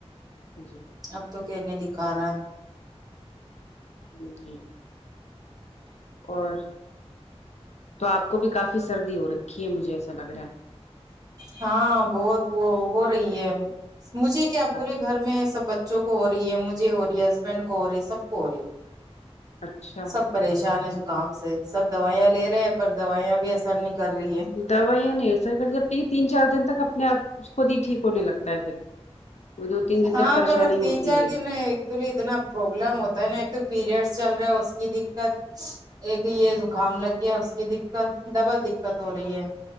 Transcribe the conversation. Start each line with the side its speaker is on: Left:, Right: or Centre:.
Left: جی
Right: اب تو کھنے دکھا رہا ہے
Left: ھمم جی اور تو آپ کو بھی کافی سردی ہو رکھی ہے مجھے ایسا لگ رہا ہے
Right: ہاں بہت وہ ہو رہی ہے مجھے کیا
Left: ہاں
Right: پورے گھر میں سب بچوں کو ہو رہی ہے مجھے ہو رہی ہے ہسبینڈ کو ہو رہی ہے سب کو ہو رہی ہے
Left: اچھا
Right: سب پریشان ہے زکام سے سب دوائیاں لے رہے ہیں پر دوائیاں بھی اثر نہیں کر رہی ہے
Left: دوائیاں نہیں اثر کری آپی تین چار دن تک اپنے آپ اس کو بھی ٹھیک ہونے لگتا ہے پھر وہ دو تین دن
Right: ہاں
Left: تک پریشانی
Right: پر اب
Left: ہوتی
Right: تین چار
Left: ہے
Right: دن ایکچولی اتنا پروبلم ہوتا ہے نا ایک تو پیریڈس چل رہے اس کی دککت ایک تو یہ زکام لگ گیا اس کی دککت ڈبل دک کت ہو رہی ہے